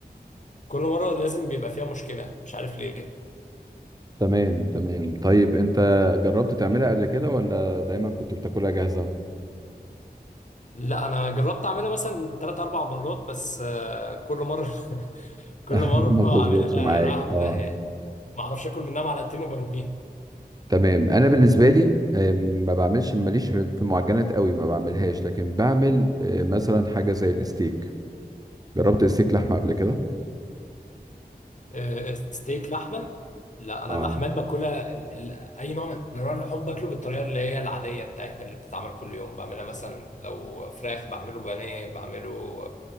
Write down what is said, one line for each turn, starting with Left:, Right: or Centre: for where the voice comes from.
Left: كل مره لازم بيبقى فيها مشكله مش عارف ليه
Right: تمام تمام طيب أنت جربت تعملها قبل كده ولا دايما كنت بتاكلها جاهزة؟
Left: لا انا جربت اعملها مثلا 3 4 مرات بس آه، كل مره <laughs> كل
Right: <laughs>
Left: مره
Right: ما
Left: اعملها
Right: بتظبطش معاك
Left: رايحه في
Right: اه
Left: داهيه يعني ما اعرفش اكل منها معلقتين وبرميها
Right: تمام انا بالنسبه لي آه، ما بعملش ماليش في في المعجنات قوي ما بعملهاش لكن بعمل آه، مثلا حاجه زي الستيك جربت الستيك لحمه قبل كده
Left: آه، ستيك لحمه لا انا
Right: اه
Left: اللحمات باكلها ال- ال- اي نوع من انواع اللحوم باكله بالطريقه اللي هي العاديه بتاعتنا اللي بتتعمل كل يوم بعملها مثلا لو فراخ بعمله بانيه بعمله